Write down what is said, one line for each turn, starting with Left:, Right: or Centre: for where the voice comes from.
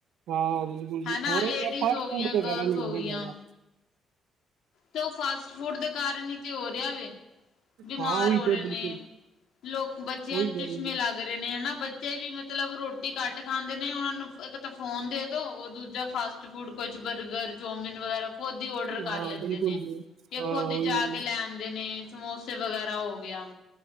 Right: ਹਾਂ ਬਿਲਕੁਲ ਜੀ
Left: ਹਨਾ
Right: ਹੋ ਰਹੇ
Left: ਲੇਡੀਜ਼
Right: ਫਾਸਟ
Left: ਹੋ ਗਿਆਂ,
Right: ਫੂਡ ਦੇ
Left: ਗਰਲਜ਼
Right: ਕਾਰਨ ਹੀ
Left: ਹੋ
Right: ਰਹੇ
Left: ਗਿਆਂ।
Right: ਜ਼ਿਆਦਾ
Left: ਤੇ ਉਹ ਫਾਸਟ ਫੂਡ ਦੇ ਕਾਰਨ ਹੀ ਤੇ ਹੋ ਰਿਹਾ ਵੇ। ਬਿਮਾਰ
Right: ਹਾਂ ਉਹੀ
Left: ਹੋ
Right: ਤੇ
Left: ਰਹੇ
Right: ਬਿਲਕੁਲ
Left: ਨੇ, ਲੋਕ ਬੱਚਿਆਂ
Right: ਉਹੀ
Left: ਨੂੰ
Right: ਗੱਲ
Left: ਚਸ਼ਮੇ
Right: ਹੈ
Left: ਲੱਗ ਰਹੇ ਨੇ ਹਨਾ ਬੱਚੇ ਵੀ ਮਤਲਬ ਰੋਟੀ ਘੱਟ ਖਾਂਦੇ ਨੇ ਉਹਨਾਂ ਨੂੰ ਇੱਕ ਤਾਂ ਫੋਨ ਦੇ ਦੋ ਉਹ ਦੂਜਾ ਫਾਸਟ ਫੂਡ ਕੁਛ ਬਰਗਰ, ਚੌਮਿਨ ਵਗੈਰਾ, ਖੁਦ ਹੀ ਓਰਡਰ
Right: ਹਾਂ
Left: ਕਰ ਲੈਂਦੇ
Right: ਬਿਲਕੁਲ
Left: ਨੇ।
Right: ਜੀ
Left: ਯਾ
Right: ਹਾਂ
Left: ਖੁਦ ਹੀ
Right: ਉਹੀ
Left: ਜਾ
Right: ਹੈ
Left: ਕੇ ਲੈਦੇ ਨੇ, ਸਮੋਸੇ ਵਗੈਰਾ ਹੋ ਗਿਆ